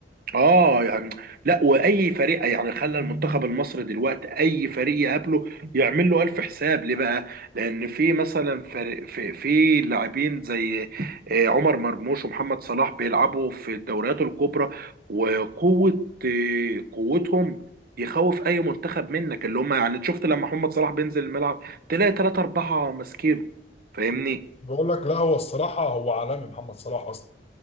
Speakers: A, on the right; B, on the left.
A: اه يعني لا واي فريق يعني خلى المنتخب المصري دلوقتي اي فريق يقابله يعمل له الف حساب ليه بقى لان في مثلا فريق في في لاعبين زي آه، عمر مرموش ومحمد صلاح بيلعبوا في الدوريات الكبرى وقوه آه، قوتهم يخوف اي منتخب منك اللي هم يعني شفت لما محمد صلاح بينزل الملعب تلاقي ثلاثة أربعة ماسكينه فاهمني
B: بقول لك لا هو الصراحه هو عالمي محمد صلاح اصلا